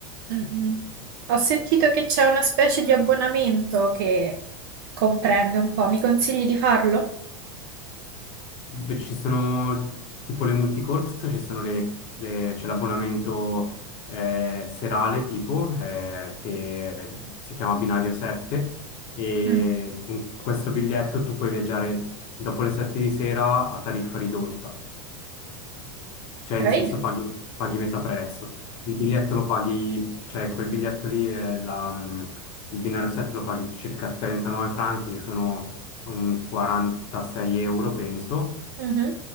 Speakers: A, on the right; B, on the left.
A: mm, mm. Ho sentito che c'è una specie di abbonamento che comprende un po'. Mi consigli di farlo?
B: Beh, ci sono tipo le multicorse, ci sono le, le- c'è l'abbonamento eh, serale tipo eh, che si chiama Binario 7 e
A: Mm,
B: con questo biglietto tu puoi viaggiare dopo le 7 di sera a tariffa ridotta, cioè in
A: ok.
B: senso paghi, paghi metà prezzo. Il biglietto lo paghi, cioè quel biglietto lì, è la, mh, il Binario 7 lo paghi circa 39 franchi che sono un 46 euro penso
A: Mhm.